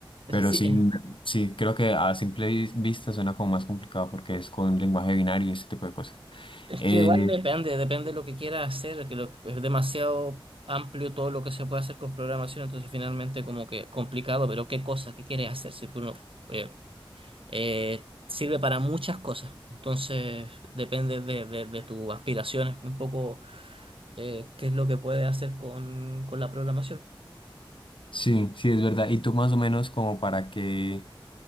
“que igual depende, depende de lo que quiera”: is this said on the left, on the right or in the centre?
Right